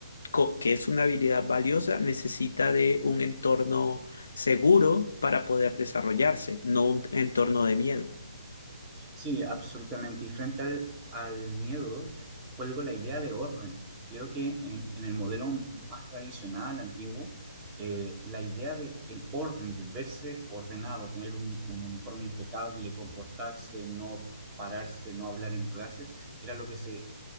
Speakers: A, on the left; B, on the right.
A: co- que es una habilidad valiosa, necesita de un entorno seguro para poder desarrollarse, no un entorno de miedo.
B: Sí, absolutamente. Y frente al, al miedo, te cuelgo la idea de orden. Creo que en, en el modelo más tradicional, antiguo, eh, la idea de el orden, de verse ordenado, tener un, un uniforme impecable, comportarse, no pararse, no hablar en clases, era lo que se